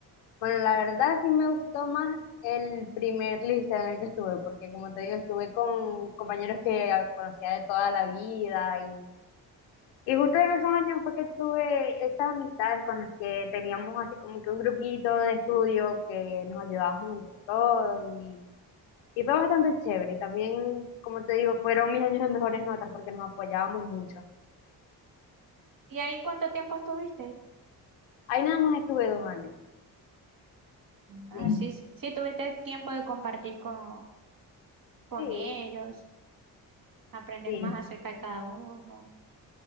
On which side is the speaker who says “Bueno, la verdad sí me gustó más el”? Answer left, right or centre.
Left